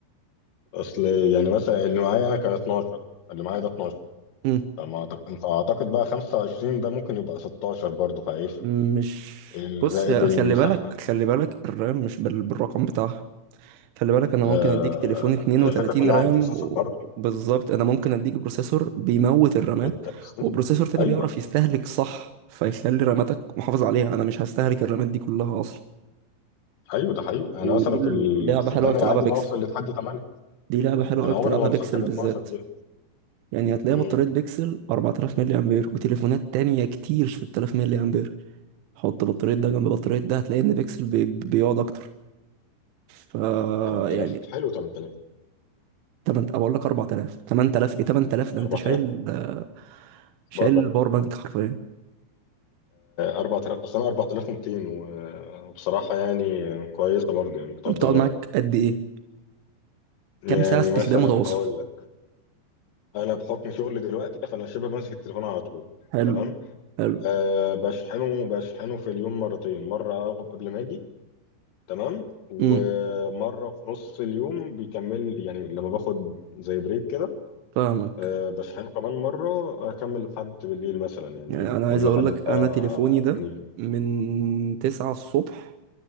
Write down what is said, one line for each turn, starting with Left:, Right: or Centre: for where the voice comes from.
Left: اصل يعني مثلا اللي معايا انا كان 12 اللي معايا ده 12
Right: امم
Left: فما أعتقد... فاعتقد بقى 25 ده ممكن يبقى 16 برضه فهيفرق
Right: مش
Left: ال-
Right: بص
Left: زائد
Right: هي
Left: المساحه
Right: خلي بالك خلي بالك الرام مش بال- بالرقم بتاعها خلي بالك انا
Left: آه،
Right: ممكن اديك تليفون 32
Left: هي الفكره كلها
Right: رام
Left: على البروسيسور
Right: و-
Left: برضه
Right: بالظبط انا ممكن اديك بروسيسور بيموت الرامات
Left: في التأثير
Right: وبروسيسور تاني
Left: ايوه
Right: بيعرف يستهلك صح فيخلي راماتك محافظ عليها انا مش هستهلك الرامات دي كلها اصلا
Left: ايوه ده حقيقي
Right: ودي
Left: انا مثلا
Right: ال-
Left: في الاستخدام
Right: لعبة حلوة أوي بتلعبها
Left: العادي
Right: بيكسل
Left: بوصل لحد 8
Right: دي لعبة حلوة
Left: انا
Right: أوي بتلعبها
Left: عمري ما وصلت
Right: بيكسل
Left: ل
Right: بالذات
Left: 12 دي
Right: يعني هتلاقي
Left: امم
Right: بطارية بيكسل 4000 ملي أمبير وتليفونات تانية كتير 6000 ملي أمبير حط بطارية ده جنب بطارية ده هتلاقي إن بيكسل بي... بيقعد أكتر ف
Left: 8000
Right: يعني
Left: حلو 8000
Right: 8 اقول لك 4000 8000 ايه 8000 ده
Left: 4000
Right: انت شايل آه، شايل
Left: ب
Right: الباور بانك حرفيا
Left: 4000 أصلا 4200 و- وبصراحة يعني كويسة برضه يعني بتقدر
Right: انت بتقعد
Left: الغرض
Right: معاك قد ايه
Left: يعني
Right: كام ساعه استخدام
Left: مثلا
Right: متواصل
Left: هقول لك أنا بحكم شغلي دلوقتي فأنا شبه ماسك التليفون على طول
Right: حلو
Left: تمام
Right: حلو
Left: أه بشحنه بشحنه في اليوم مرتين مرة قبل ما أجي تمام ومرة
Right: امم
Left: في نص اليوم بيكمل يعني لما باخد زي بريك كده
Right: فاهمك
Left: أه بشحنه كمان مرة أكمل لحد بالليل مثلا يعني
Right: يعني انا عايز
Left: قول
Right: اقول
Left: لحد
Right: لك
Left: الساعة
Right: انا تليفوني ده
Left: 2
Right: من 9 الصبح